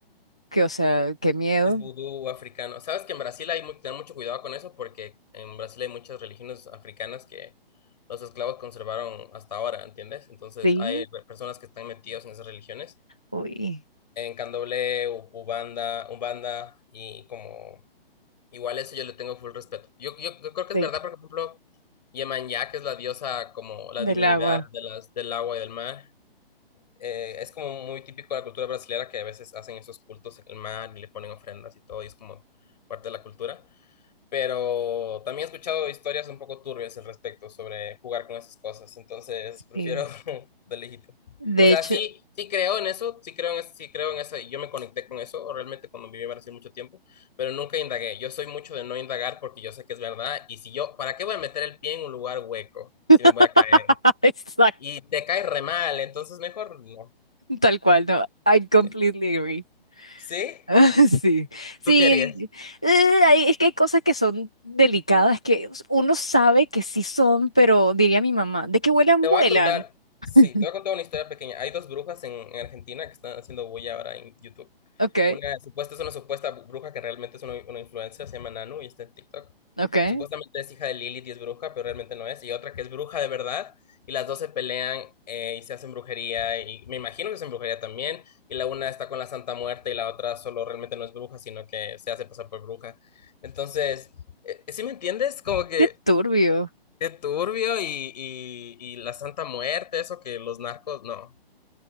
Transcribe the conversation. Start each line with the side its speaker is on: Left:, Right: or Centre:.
Centre: que, o sea, qué miedo.
Left: Es vudú africano. Sabes que en Brasil hay mu- ten mucho cuidado con eso porque en Brasil hay muchas religiones africanas que los esclavos conservaron hasta ahora, ¿entiendes? Entonces
Centre: Sí,
Left: hay re- personas que están metidas en esas religiones.
Centre: uy,
Left: En Candomblé, U- Ubanda, Umbanda y como... Igual eso yo le tengo full respeto. Yo, yo, yo creo que es
Centre: sí,
Left: verdad, porque, por ejemplo, Yemanjá, que es la diosa como la
Centre: del
Left: divinidad
Centre: agua.
Left: de las, del agua y del mar. eh, es como muy típico de la cultura brasileña que a veces hacen esos cultos en el mar y le ponen ofrendas y todo, y es como parte de la cultura. Pero también he escuchado historias un poco turbias al respecto sobre jugar con esas cosas, entonces prefiero
Centre: sí.
Left: <laughs> de lejito.
Centre: De
Left: O sea,
Centre: hecho,
Left: sí, sí creo en eso, sí creo en eso, sí creo en eso, y yo me conecté con eso realmente cuando viví en Brasil mucho tiempo, pero nunca indagué. Yo soy mucho de no indagar porque yo sé que es verdad, y si yo, ¿para qué voy a meter el pie en un lugar hueco
Centre: <laughs>
Left: si me voy a caer?
Centre: exacto,
Left: Y te caes re mal, entonces mejor no.
Centre: tal cual, no, I completely
Left: sí.
Centre: agree.
Left: Sí,
Centre: <laughs> Sí, sí,
Left: ¿Tú qué harías?
Centre: eh, hay- es que hay cosas que son delicadas que uno sabe que sí son, pero diría mi mamá, de que vuelan,
Left: te voy
Centre: vuelan.
Left: a contar.
Centre: <laughs>
Left: Sí, te voy a contar una historia pequeña. Hay dos brujas en, en Argentina que están haciendo bulla ahora en YouTube.
Centre: Okay,
Left: Una supuesta es una supuesta bruja que realmente es una, una influencer, se llama Nanu y está en TikTok.
Centre: okay.
Left: Supuestamente es hija de Lilith y es bruja, pero realmente no es. Y otra que es bruja de verdad, y las dos se pelean eh, y se hacen brujería, y me imagino que hacen brujería también. Y la una está con la Santa Muerte y la otra solo realmente no es bruja, sino que se hace pasar por bruja. Entonces, eh, ¿sí me entiendes? Como que
Centre: Qué turbio.
Left: Qué turbio y, y, y la Santa Muerte, eso que los narcos, no.